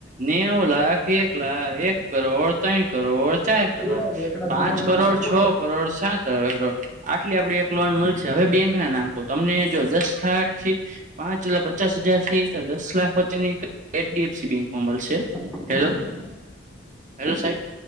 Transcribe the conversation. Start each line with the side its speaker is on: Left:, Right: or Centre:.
Right: નેવું લાખ એક લાખ એક કરોડ ત્રણ કરોડ ચાર
Centre: શું
Right: કરોડ
Centre: સાહેબ એકલા
Right: પાંચ
Centre: બોલો છો
Right: કરોડ
Centre: કે હું બોલો
Right: છ કરોડ સાત આટલી આપડ એક લોન મળશે હવે બેંક ના નામ કહ તમને જો દસ લાખ થી. પાંચ એટલા પચાસ હજાર થી તો દસ લાખ છે ને એક H D F C bank માં મલસે.
Centre: છું?
Right: હેલો હેલો સાહેબ